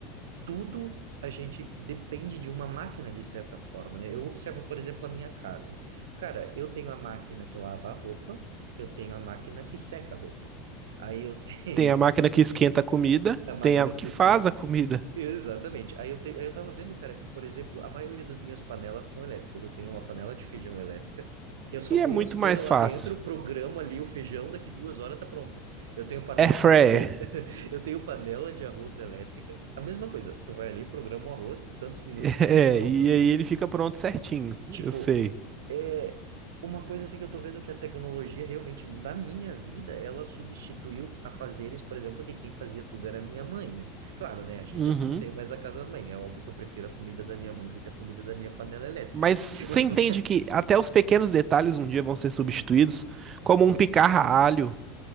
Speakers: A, on the right (about 65°); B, on the right (about 30°).
A: tudo a gente depende de uma máquina, de certa forma, né? Eu observo, por exemplo, a minha casa. Cara, eu tenho a máquina que lava a roupa, eu tenho a máquina que seca a roupa. Aí eu tenho
B: Tem a máquina que esquenta a comida,
A: <laughs> a máquina
B: tem a que
A: que esquenta.
B: faz a comida,
A: Exatamente. Aí eu, te, aí eu tava vendo, cara, que, por exemplo, a maioria das minhas panelas são elétricas. Eu tenho uma panela de feijão elétrica, que eu só
B: e
A: ponho
B: é muito
A: as coisas
B: mais
A: lá
B: fácil.
A: dentro, programo ali o feijão, daqui duas horas tá pronto. Eu tenho panela
B: Air fryer.
A: de arroz, <laughs>
B: <laughs>
A: eu tenho panela de arroz elétrica. A mesma coisa, tu vai ali, programa o arroz, tantos minutos,
B: É,
A: tá pronto.
B: e aí ele fica pronto certinho, eu
A: Tipo,
B: sei.
A: é uma coisa assim que eu tô vendo que a tecnologia realmente, na minha vida, ela substituiu a fazeres por exemplo, que quem fazia tudo era minha mãe, né? Claro, né? A gente
B: Uhum.
A: <laughs> não tem mais a casa da mãe. É óbvio que eu prefiro a comida da minha mãe do que a comida da minha panela elétrica.
B: Mas você
A: <laughs>
B: entende que até os pequenos detalhes um dia vão ser substituídos, como um picar a alho,